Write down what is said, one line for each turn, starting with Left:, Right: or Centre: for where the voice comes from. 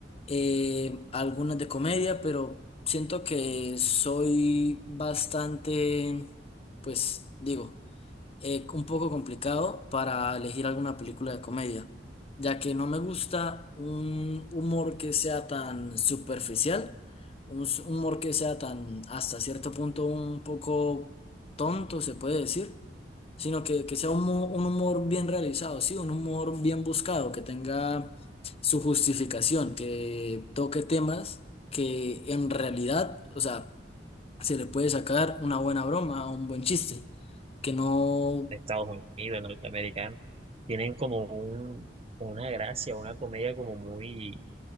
Left: eh, algunas de comedia, pero siento que soy bastante, pues digo, eh, un poco complicado para elegir alguna película de comedia, ya que no me gusta un humor que sea tan superficial, un s- un humor que sea tan hasta cierto punto un poco tonto, se puede decir, sino que, que sea un, mo- un humor bien realizado, sí, un humor bien buscado, que tenga su justificación, que toque temas que en realidad, o sea, se le puede sacar una buena broma, un buen chiste que no
Right: de Estados Unidos, norteamericanos, tienen como un, una gracia, una comedia como muy